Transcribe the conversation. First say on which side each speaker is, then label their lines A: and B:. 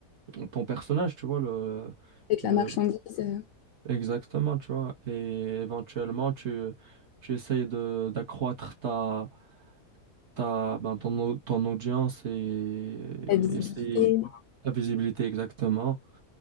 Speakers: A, on the right; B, on the left.
A: euh, ton personnage, tu vois, le,
B: Avec la
A: le,
B: marchandise, euh,
A: Exactement, tu vois. Et éventuellement, tu, tu essayes de, d'accroître ta, ta, ben, ton, au- ton audience et
B: la visibilité.
A: essayer ta visibilité exactement.